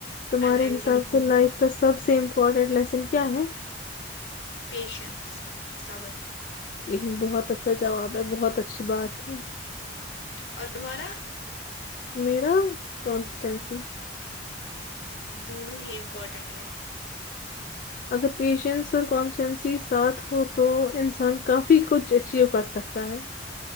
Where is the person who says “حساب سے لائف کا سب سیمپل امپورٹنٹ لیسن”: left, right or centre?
Left